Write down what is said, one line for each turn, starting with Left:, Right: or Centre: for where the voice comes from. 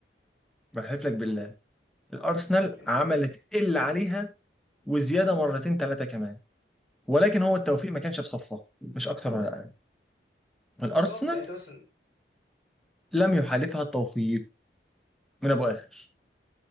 Centre: بحلف لك بالله الارسنال
Left: انت
Centre: عملت اللي عليها وزياده مرتين ثلاثه كمان ولكن هو التوفيق ما كانش في صفها مش اكتر ولا اقل الارسنال
Left: بالظبط يعني انت بس
Centre: لم يحالفها التوفيق من ابو اخر